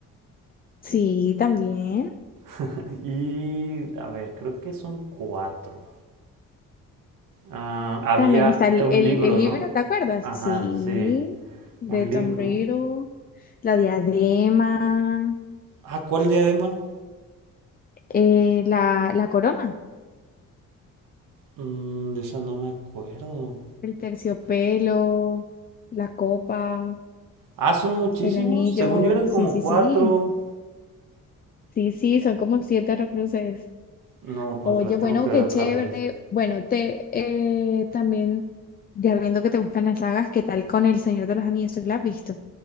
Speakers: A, on the left; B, on the right.
A: sí, también.
B: <laughs> Y a ver, creo que son cuatro. Ah, había
A: También está el,
B: eh, un
A: el,
B: libro,
A: el
B: ¿no?
A: libro, ¿te acuerdas?
B: Ajá,
A: Sí,
B: sí,
A: de
B: un
A: Tom
B: libro.
A: Riddle. la diadema,
B: Ah, ¿cuál diadema?
A: eh, la, la corona,
B: Mm, de esa no me acuerdo.
A: el terciopelo, la copa,
B: Ah, son muchísimos.
A: el anillo.
B: Según yo eran
A: Sí,
B: como
A: sí,
B: cuatro.
A: sí. Sí, sí, son como siete recluses.
B: No, pues
A: Oye,
B: las
A: bueno,
B: tengo que ver
A: qué
B: otra
A: chévere.
B: vez.
A: Bueno, te eh, también, ya viendo que te gustan las sagas, ¿qué tal con El Señor de los Anillos? ¿Tú la has visto?